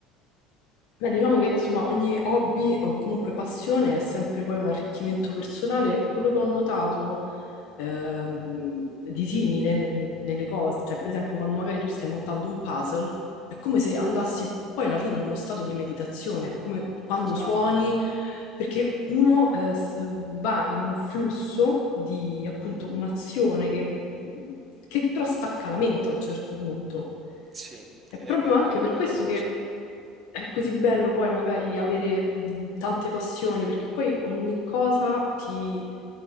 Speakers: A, on the left (about 70°); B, on the right (about 25°).
A: Beh, diciamo che insomma ogni hobby o comunque passione è sempre poi un arricchimento personale. Quello che ho notato ehm, di simile ne- nelle cose, cioè per esempio quando magari tu stai montando un puzzle, è come se andassi poi alla fine in uno stato di meditazione, è come quando
B: Esatto.
A: suoni, perché uno eh, s- va in un flusso di appunto un'azione che, che però stacca la mente a un certo punto.
B: Sì,
A: È
B: è
A: proprio
B: anche
A: anche
B: quella
A: per questo
B: la cosa.
A: che è così bello poi magari avere mh, tante passioni, perché poi ogni cosa ti,